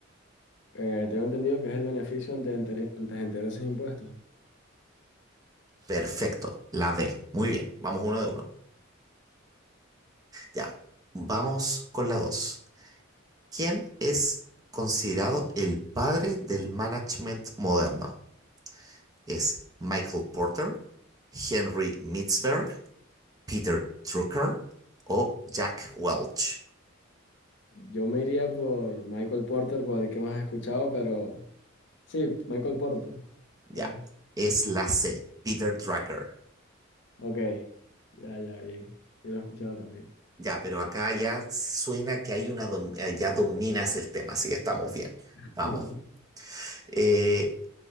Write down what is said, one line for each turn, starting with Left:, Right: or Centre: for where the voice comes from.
Left: Eh, tengo entendido que es el beneficio ante, inter- ante intereses e impuestos.
Right: Perfecto. La D. Muy bien. Vamos uno de uno. Ya. Vamos con la 2. ¿Quién es considerado el padre del management moderno? es Michael Porter, Henry Mitzberg, Peter Drucker o Jack Welch.
Left: Yo me iría por Michael Porter, por el que más he escuchado, pero sí, Michael Porter.
Right: Ya,
Left: Fue-
Right: es la C, Peter Drucker.
Left: Ok, ya, ya, bien. Yo lo he escuchado también.
Right: Ya, pero acá ya suena que hay una dom- eh, ya dominas el tema, así que estamos bien.
Left: <laughs>
Right: Vamos. Eh,